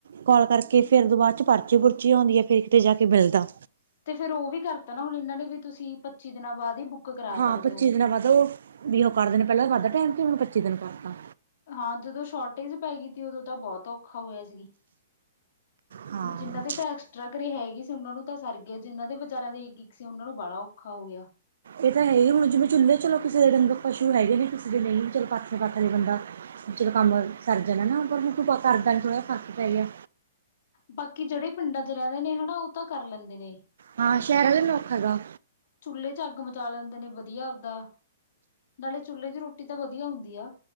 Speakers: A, on the right (about 75°); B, on the left (about 55°).
A: ਕੋਲ ਕਰਕੇ ਫਿਰ ਬਾਅਦ ਚ ਪਰਚੀ ਪੁਰਚੀ ਆਉਂਦੀ ਹੈ ਫਿਰ ਕਿਤੇ ਜਾ ਕੇ ਮਿਲਦਾ।
B: ਤੇ ਫਿਰ ਉਹ ਵੀ ਕਰਤਾ ਨਾ ਹੁਣ ਇਹਨਾਂ ਨੇ ਵੀ ਤੁਸੀਂ ਪੱਚੀ ਦਿਨਾਂ ਬਾਅਦ ਹੀ ਬੁੱਕ। ਕਰਾ ਸਕਦੇ
A: ਹਾਂ ਪੱਚੀ
B: ਹੋ
A: ਦਿਨਾਂ ਬਾਅਦ ਉਹ ਵੀ ਓ ਕਰਦੇ ਨੇ ਪਹਿਲਾਂ ਘੱਟ ਟਾਈਮ ਤੇ ਹੁਣ ਪੱਚੀ ਦਿਨ ਪਾ ਦਿੱਤਾ।
B: ਹਾਂ ਜਦੋਂ ਸ਼ੋਰਟੇਜ ਪੈ ਗਈ ਸੀ ਉਦੋਂ ਤਾਂ ਬਹੁਤ ਔਖਾ ਹੋਇਆ ਸੀ। ਹੁਣ
A: ਹਾਂ
B: ਜਿਹਨਾਂ ਦੇ ਤਾਂ ਐਕਸਟਰਾ ਘਰੇ ਹੈਗੇ ਸੀ ਉਹਨਾਂ ਨੂੰ ਤਾਂ ਸਰ ਗਿਆ ਜਿਨਾਂ ਦੇ ਵਿਚਾਰਿਆਂ ਦੇ ਇੱਕ-ਇੱਕ ਸੀ ਉਹਨਾਂ ਨੂੰ ਬਾੜਾ ਔਖਾ ਹੋ ਗਿਆ।
A: ਇਹ ਤਾਂ ਹੈ ਹੀ ਹੁਣ ਜਿਵੇਂ ਚੁੱਲ੍ਹੇ ਚਲੋ ਕਿਸੇ ਦੇ ਡੰਗਰ ਪਸ਼ੂ ਹੈਗੇ ਨੇ ਕਿਸੇ ਦੇ ਨਹੀਂ ਚਲੋ ਪਾਥਲੇ ਵਟ ਲਏ ਬੰਦਾ। ਚਲੋ ਕੰਮ ਸਰ ਜਾਣਾ ਨਾ ਪਰ ਮੈ ਅੱਜ ਕੱਲ ਥੋੜਾ ਫਰਕ ਪੈ ਗਿਆ।
B: ਬਾਕੀ ਜਿਹੜੇ ਪਿੰਡਾਂ ਚ ਰਹਿੰਦੇ ਨੇ ਹਨਾ ਉਹ ਤਾਂ ਕਰ ਲੈਂਦੇ ਨੇ।
A: ਹਾਂ ਸ਼ਹਿਰ ਵਾਲੇ ਨੂੰ ਔਖਾ ਹੈਗਾ
B: ਚੁੱਲੇ ਚ ਅੱਗ ਮਚਾ ਲੈਂਦੇ ਨੇ ਵਧੀਆ ਉਦਾਂ। ਨਾਲੇ ਚੁੱਲੇ ਦੀ ਰੋਟੀ ਤਾਂ ਵਧੀਆ ਹੁੰਦੀ ਆ।